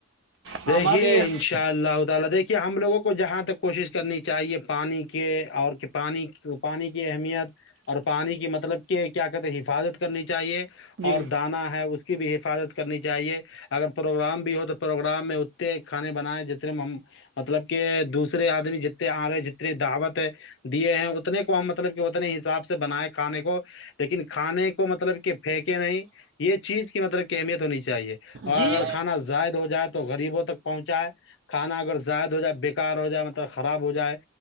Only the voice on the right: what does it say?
ہمارا
تو یہ
جی
جی